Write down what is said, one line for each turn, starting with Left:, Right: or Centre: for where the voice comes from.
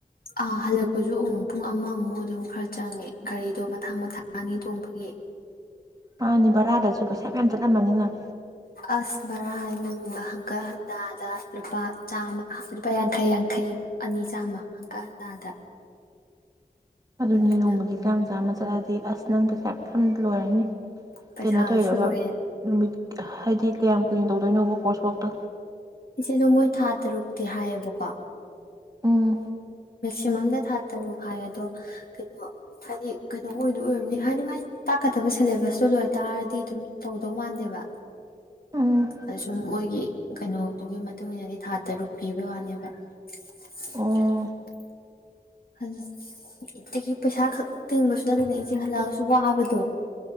Left: ꯑꯥ-ꯍꯜꯂꯛꯄꯖꯨ ꯎꯨ ꯄꯨꯡ ꯑꯃꯃꯨꯛ ꯑꯗꯨꯝ ꯈꯔ ꯆꯪꯉꯦ ꯒꯥꯔꯤꯗꯣ ꯃꯊꯥꯡ-ꯃꯊꯥꯡ ꯑꯅꯤ ꯊꯣꯡꯕꯒꯤ꯫
Right: ꯃꯥꯅꯤ ꯕꯔꯥꯗꯖꯨ ꯄꯩꯁꯥ ꯃꯌꯥꯝ ꯆꯠꯂꯝꯃꯅꯤ ꯅꯪ꯫
Left: ꯑꯁ ꯕꯔꯥ ꯅꯣꯡꯃ ꯍꯪꯒꯠ ꯍꯟꯗꯥꯗ ꯂꯨꯄꯥ ꯆꯥꯝꯃ ꯂꯨꯄꯥ ꯌꯥꯡꯈꯩ-ꯌꯥꯡꯈꯩ ꯑꯅꯤ ꯆꯥꯝꯃ ꯍꯪꯀꯠ ꯍꯟꯗꯥꯗ꯫
Right: ꯑꯗꯨꯅꯦ
Left: ꯑꯗꯨꯅ
Right: ꯅꯣꯡꯃꯒꯤ ꯆꯥꯝ-ꯆꯥꯝ <unintelligible> ꯅꯪ ꯄꯩꯁꯥ ꯐꯟ ꯂꯣꯏꯔꯅꯤ
Left: ꯄꯩꯁꯥꯁꯨ
Right: ꯀꯩꯅꯣ ꯇꯧꯔꯕ
Left: ꯂꯣꯏꯔꯦ
Right: ꯅꯨꯃꯤꯠ ꯍꯥꯏꯗꯤ ꯀꯌꯥꯝ ꯀꯩ ꯇꯧꯗꯣꯏꯅꯣꯕ ꯀꯣꯔꯁꯋꯥꯛꯇꯣ
Left: ꯏꯆꯦꯗꯣ ꯃꯣꯏ ꯊꯥ ꯇꯥꯔꯨꯛꯇꯤ ꯍꯥꯏꯌꯦꯕꯀꯣ꯫
Right: ꯎꯝ
Left: ꯄꯨꯂꯝꯅ ꯊꯥ ꯇꯔꯨꯛ ꯍꯥꯏ ꯑꯗꯣ ꯀꯩꯅꯣ ꯍꯥꯏꯗꯤ ꯀꯩꯅꯣ ꯑꯣꯏꯗ ꯑꯣꯏꯔꯝꯅꯤ ꯍꯥꯏꯗꯤ ꯃꯥꯏ ꯇꯥꯛꯀꯗꯕ ꯁꯤꯂꯦꯕꯁꯇꯣ ꯂꯣꯏ ꯇꯥꯔꯗꯤ ꯑꯗꯨꯝ ꯇꯧꯗꯧ ꯃꯥꯟꯗꯦꯕ
Right: ꯎꯝ
Left: ꯑ ꯁꯨꯝ ꯃꯣꯏꯒꯤ ꯀꯩꯅꯣꯗꯨꯒꯤ ꯃꯇꯨꯡ ꯏꯟꯅꯗꯤ ꯊꯥ ꯇꯔꯨꯛ ꯄꯤꯕ ꯋꯥꯅꯦꯕ꯫ <inaudible>
Right: ꯑꯣ
Left: ꯑꯗꯨ <unintelligible> ꯄꯩꯁꯥ ꯈꯛ ꯇꯤꯡꯕꯁꯨ ꯅꯠꯇꯕ ꯏꯆꯦ ꯍꯜꯂꯛꯑꯒꯁꯨ ꯋꯥꯕꯗꯣ꯫